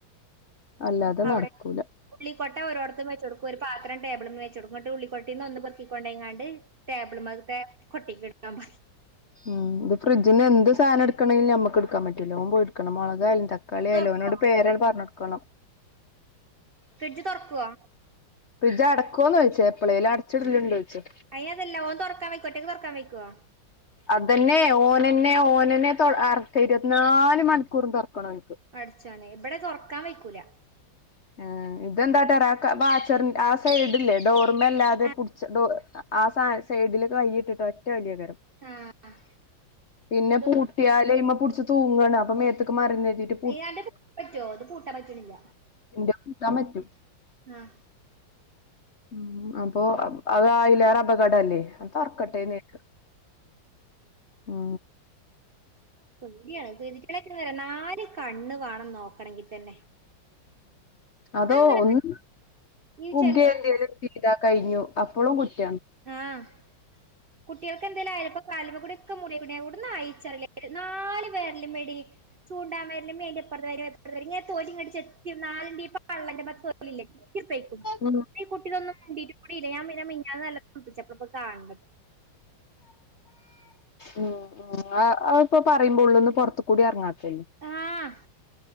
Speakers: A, on the left; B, on the right.
A: അല്ലാതെ
B: അവിടെ
A: നടക്കൂല
B: ഉള്ളിക്കൊട്ട ഓരോടത്തും വെച്ചടുക്കും ഒരു പത്രം ടേബിളുമേ നിന്ന് വച്ച് കൊടുക്കും ന്നട്ട് ഉള്ളിക്കൊട്ടെന്ന് ഒന്ന് പൊക്കികൊണ്ടേങ്ങാണ്ട് ടെബളിമേത്തെ കൊട്ടേയിക്ക്ഇടാൻ പറയ്‌
A: ഉം ഇത് ഫ്രഡ്ജിന്ന് എന്ത് സാന ട്ക്കണെങ്കിലും ഞമ്മക്ക് ട്ക്കാ പറ്റൂല്ല ഓൻ പോയി ഇട്ക്കണം മുളകയാലും തക്ക്‌
B: ഫ്രിഡ്ജ്
A: കളിയല്ലോനോട്
B: തുറക്കുവോ
A: പേരട് പറഞ്ഞ് ടുക്കണം
B: ഫ്രിഡ്ജ് തുറക്കുവോ
A: ഫ്രിഡ്ജ് അടക്കോന്ന് ചോദിച്ചാ എപ്പഴേല് അടിച്ചിടലിണ്ടോചോദിച്ച
B: അയിനതല്ല ഓൻ തൊറക്കൻ വയ്ക്കൊ ഒറ്റക്ക് തൊറക്കാൻ വയ്ക്കോ
A: അതെന്നെ ഓനന്നെ ഓനന്നെ അ ഇരുപത്തിനാല് മണിക്കൂറും തൊറക്കണം ഓനിക്ക്
B: പടച്ചോനെ ഇവിടെ തൊറക്കാൻ വയ്ക്കൂല
A: ആ ഇതെന്താകാട്ടറിയോ ആ ബാച്ചറിന്റെആ സൈഡല്ലേ <unintelligible>
B: ആ
A: ആ സ സൈഡില്ല് കൈയിട്ടിട്ടോ ഒറ്റ വലിയകാരം
B: ആഹ്
A: പിന്നെ
B: ഇത്
A: പൂ കിട്ടിയാലേ ഐമ പിടിച്ച് തൂങ്ങാണ് അപ്പമേത്തേക്ക് മറിന്ന് രുതിട്ട്
B: ടീം എൻ്റെ പൂട്ടാൻ പറ്റോ ഇത് പൂട്ടൻ പറ്റണില്ല
A: ഇന്റെ കൂത്താൻ പറ്റും
B: ആഹ്
A: ഉം അപ്പൊ അത് അതിലേറെ അപകട അല്ലേ തുറക്കട്ടെന്ന് വിചാരിച്ചും
B: പരിയാണ് പെളൊക്ക വരാ നാല് കണ്ണ് വേണം നോക്കണങ്കി തന്നെ
A: അതോ
B: ഞാൻ അങ്ങനെ
A: ഒന്ന്
B: ഈ
A: പുതിയെഴങതാൽ
B: ചെലവർക്ക്
A: ചെയ്താൽ കഴിഞ്ഞു അപ്പളും കുറ്റ
B: ആഹ് കുട്ടികൾക്ക്ന്തെങ്കലും ആയാലപ്പ കാൽമേകൂടി ഒക്കെമുറിയി കു ണ്ണു എവിട്ന്നായിച്ചറില്ല നാല് വേരലു മേടി. ചൂണ്ടാവെരലും അയിന്റെ ഇപ്പറത്തെ വേരലിം <unintelligible> ഇങ്ങനെ തൊലിങ്ങട് ച്ചേത്തി നാലിന്റം പള്ള <unintelligible> <unintelligible> ചെത്തിപോയിക് ണു
A: ഉം
B: ഈ കുട്ടിന്നും മുണ്ടിറ്റുകൂടില്ല ഞാൻപിന്നെ മിന്നാന്ന് നാല്ലാന്ന് ശ്രദ്ധിച്ചപോള്ള പ്പ കാണ് ണ്ണത്
A: ഉം ഉം ആഹ് അപ്പൊ പറയുമ്പോ ഉള്ള്ന്ന് പോറത്ത്കൂടി എറങ്ങാതെണ്
B: ആഹ്